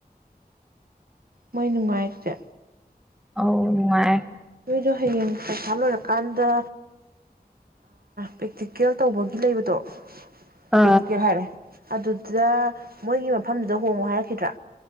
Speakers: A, on the right (about 70°); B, in the centre.
A: ꯃꯣꯏ ꯅꯨꯡꯉꯥꯏꯁꯦ
B: ꯑꯧ ꯅꯨꯡꯉꯥꯏ
A: ꯑꯗꯣ ꯍꯌꯦꯡ ꯄꯩꯈꯥ ꯂꯣꯏꯔꯀꯥꯟꯗ ꯄ꯭ꯔꯦꯛꯇꯤꯀꯦꯜ ꯇꯧꯕꯒꯤ ꯂꯩꯕꯗꯣ
B: ꯑ
A: ꯄꯔꯦꯛꯇꯤꯀꯦꯜ ꯍꯥꯏꯔꯛꯑꯦ ꯑꯗꯨꯗꯨꯗ ꯃꯣꯏꯒꯤ ꯃꯐꯝꯗꯨꯗ ꯍꯣꯡꯉꯣ ꯍꯥꯏꯔꯛꯈꯤꯗ꯭ꯔꯥ